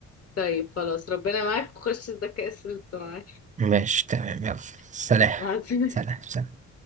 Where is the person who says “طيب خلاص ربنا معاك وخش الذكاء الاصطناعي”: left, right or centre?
Left